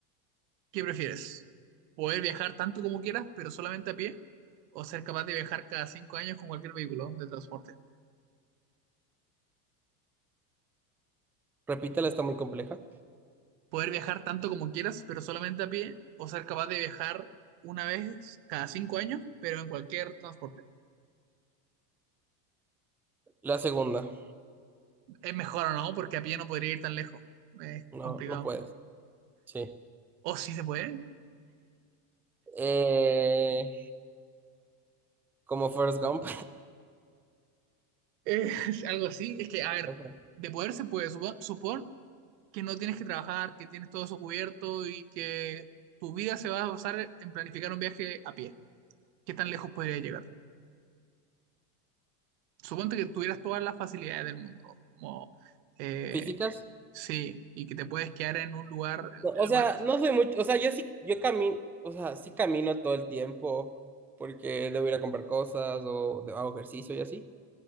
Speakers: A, on the right (about 80°); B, in the centre.
A: ¿qué prefieres? ¿Poder viajar tanto como quieras, pero solamente a pie? ¿O ser capaz de viajar cada cinco años con cualquier vehículo de transporte?
B: repítela, está muy compleja.
A: poder viajar tanto como quieras, pero solamente a pie, o ser capaz de viajar una vez cada cinco años, pero en cualquier transporte.
B: La segunda.
A: Es mejor o no, porque a pie no podría ir tan lejos. Es
B: No,
A: complicado.
B: no puedes. Sí.
A: O sí se puede.
B: Eh, como Forrest Gump.
A: Eh, <laughs> algo así. Es que, a ver,
B: <laughs>
A: de poder se puede. Supo- Supón que no tienes que trabajar, que tienes todo eso cubierto y que tu vida se va a basar en planificar un viaje a pie. ¿Qué tan lejos podría llegar? Suponte que tuvieras todas las facilidades del mundo, como eh,
B: ¿Físicas?
A: Sí, y que te puedes quedar en un lugar, en
B: No, o
A: el lugar
B: sea,
A: que sea.
B: no soy mucho, o sea, yo sí, yo camino, o sea, sí camino todo el tiempo porque debo ir a comprar cosas o de- hago ejercicio y así,